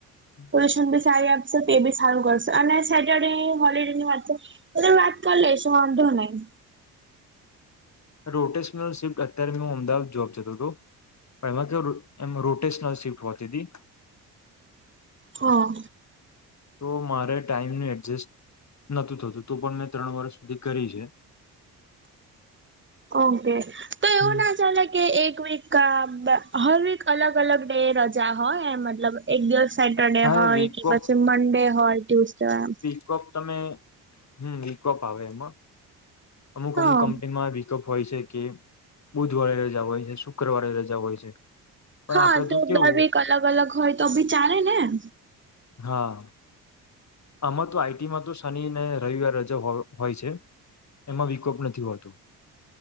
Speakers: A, on the left (about 35°); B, on the right (about 25°).
A: હમ <unintelligible>
B: પોશન બી સારી આપશે તો એ બી સારું કરશે અને સેટરડે- હોલીડે ની વાત એ વાત કરલે એ વાધો નઈ-
A: હ રોટેશનલ શિફ્ટ અત્યારે મેં હું અમદાવાદ જબ જતો હતો? પેલા તો એમ રોટેશન શિફ્ટ હોતી હતી.
B: હા
A: તો મારે ટાઈમનું એડજસ્ટ નહોતું થતું તો પણ મેં ત્રણ વર્ષ સુધી કરી છે.
B: ઓકે- એવું
A: હમ
B: ના ચાલે કે એક વીક કા હર વીક અલગ અલગ ડે રજા હોય મતલબ એક દિવસ- સેટરડે
A: હા
B: હોય
A: એ વીકોપ
B: કે પછી મંડે હોય ટ્યુસડેય એમ-
A: વિકપ તમે હમ વિકપ આવે એમાં અમુક અમુક
B: હા
A: કંપનીમાં- અપ હોય છે કે બુધવારે રજા હોય છે શુક્રવારે રજા હોય છે. પણ
B: હા
A: આપડે
B: તો
A: કેવું
B: બ બીક અલગ અલગ હોય તો બી ચાલે ને-
A: હા આમાં તો આઈટીમાં તો શનિ અને રવિવાર રજા હોય છે. એમાં વિકોપ નથી હોતો-